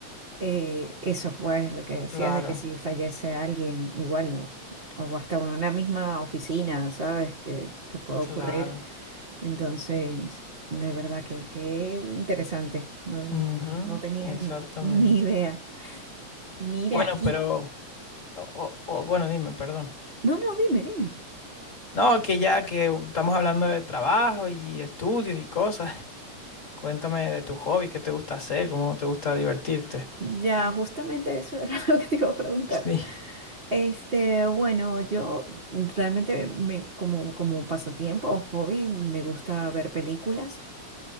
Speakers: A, on the right; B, on the left.
A: eh, eso, pues, lo que decías
B: Claro,
A: de que si fallece alguien, igual, no, o hasta en una misma oficina, sabes, que, que puede
B: claro.
A: ocurrir. Entonces, de verdad que, que interesante. No,
B: Ujú,
A: no tenía ni,
B: exactamente.
A: <laughs> ni idea. Mira,
B: Bueno,
A: y...
B: pero, o, o- o- bueno, dime, perdón.
A: No, no, dime, dime.
B: No, que ya que estamos hablando de trabajo y estudios y cosas. <laughs> Cuéntame de tus hobbies, qué te gusta hacer, cómo te gusta divertirte.
A: Ya, justamente eso era <laughs> lo que te iba a preguntar.
B: Sí.
A: Este, bueno, yo realmente me, como, como pasatiempo o hobby me gusta ver películas.